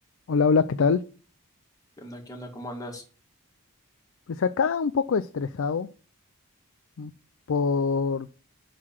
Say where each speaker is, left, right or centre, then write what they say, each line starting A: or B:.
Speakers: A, on the left; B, on the left.
A: Hola, hola, ¿qué tal?
B: ¿Qué onda? ¿Qué onda? ¿Cómo andas?
A: Pues acá un poco estresado mm, porque